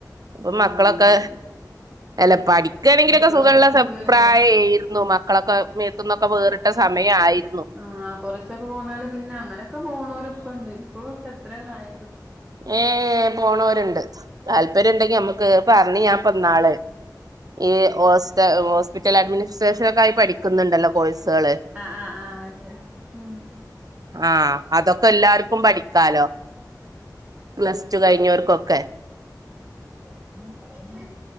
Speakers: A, on the right; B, on the right.
A: ഇപ്പൊ
B: ആഹ്
A: മക്കളൊക്കെ
B: ശരി
A: എലപ്പാടി എനിക്കണേങ്കിലൊക്കെ
B: മക്കളും
A: സുഖമുള്ള
B: കൊറച്ചൊക്കെ വലുതായി
A: പ്രായായിരുന്നു മക്കളൊക്കെ മേത്തന്നൊക്കെ വേറിട്ട സമയ ആയിരുന്നു
B: ആ് കുറച്ചൊക്കെ പോന്നാല് പിന്നെ അങ്ങനെയൊക്കെ പോണവരൊക്കെ ഉണ്ട് ഇപ്പോഴുമൊക്കെ എത്രയ പ്രായം
A: ഏ പോണവരുണ്ട് താല്പര്യം ഉണ്ടെങ്കി നമ്മുക്ക് പറഞ്ഞു ഞാൻ പന്നാള് ഈ ഹോസ് ഹോസ്പിറ്റൽ അഡ്മിനിസ്ട്രേഷന ഒക്കൊയി പഠിക്കുന്നുണ്ടല്ലോ കോഴ്സുകള്
B: ആഹ് ആഹ ആഹ് ശരി ഉം
A: ആഹ അതൊക്കെ എല്ലാർക്കും പഠിക്കാലോ പ്ലസ് ടു കഴിഞ്ഞവർക്കൊക്കെ
B: <unintelligible>